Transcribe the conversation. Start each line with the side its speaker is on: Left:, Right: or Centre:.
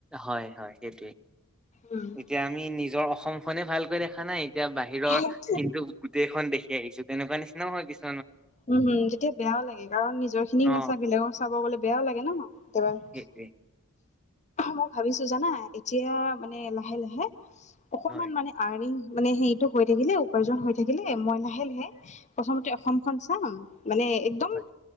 Centre: হয় হয় সেইটোৱে
Left: উম
Centre: এতিয়া আমি নিজৰ অসম খনে ভালকৈ দেখা নাই এতিয়া বাহিৰৰ
Left: উম
Centre: কিন্তু গোটেইখন দেখি আহিছো তেনেকোৱা নিচিনাও হয় কিছু
Left: উ- হু তেতিয়া বেয়াও লাগে, কাৰণ নিজৰ খিনিক
Centre: অ
Left: নাচাই বেলেগৰ চাব গলে বেয়াও লাগে ন' কেতিয়াবা
Centre: উম
Left: মই ভাবিছো জানা এতিয়া মানে লাহে-লাহে অকণমান
Centre: হয়
Left: মানে আৰ্ণিং মানে হেৰিটো হৈ থাকিলেও প্ৰয়োজন হৈ থাকিলে মই লাহে লাহে প্ৰথমতে অসমখন চাম মানে একদম
Centre: হয়